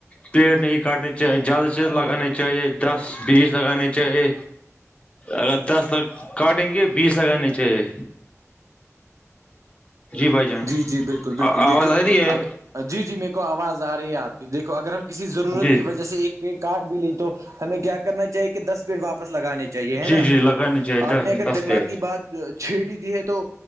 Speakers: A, on the left; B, on the right.
A: پیٹ نہیں کاٹنے چاہیے زیادہ سے زیادہ لگانے چاہیے دس بیس لگانے چاہیے اگر دس تک کاٹیں گے بیس لگانی چاہیے جی بھائی جان
B: جی جی بالکل بالکل
A: آواز
B: دیکھو
A: آ رہی ہے
B: اگر جی جی میرے کو آواز آ رہی ہے آپ کی دیکھو اگر ہم کسی ضرورت
A: جی
B: کی وجہ سے ایک پیڑ کاٹ بھی لی تو ہمیں کیا کرنا چاہی کہ دس پیڑ واپس لگانے چاہے چاہیے ہے
A: جی
B: نا
A: جی لگانی چاہیے
B: آپ
A: دس
B: نے اگر
A: دس
B: جنگلات
A: پیٹ
B: کی بات چھیڑی دی ہے تو